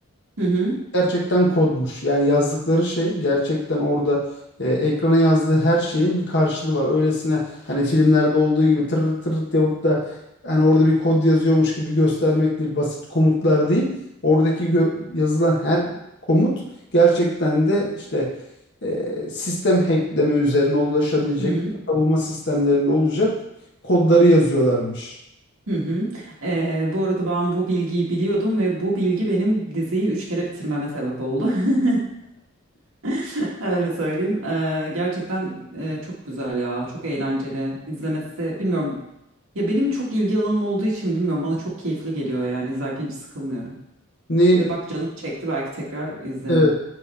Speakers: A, on the right; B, on the left.
A: Hı hı.
B: gerçekten kodmuş. Yani yazdıkları şey gerçekten orada e, ekrana yazdığı her şeyin bir karşılığı var. Öylesine hani filmlerde olduğu gibi tır tır yapıp da hani orada bir kod yazıyormuş gibi göstermek değil, basit komutlar değil. Oradaki gö- yazılan her komut gerçekten de işte e, sistem hackleme üzerine ulaşabilecek,
A: Hı hı.
B: savunma sistemlerinde olacak kodları yazıyorlarmış.
A: Hı hı. Ee, bu arada ben bu bilgiyi biliyordum ve bu bilgi benim diziyi üç kere bitirmeme sebep oldu. <laughs> <laughs> Öyle söyleyeyim. Ee, gerçekten e, çok güzel ya. Çok eğlenceli. İzlemesi bilmiyorum. Ya benim çok ilgi alanım olduğu için bilmiyorum. Bana çok keyifli geliyor yani. izlerken hiç sıkılmıyorum.
B: Ne
A: Ve bak canım çekti. Belki tekrar izlerim.
B: evet,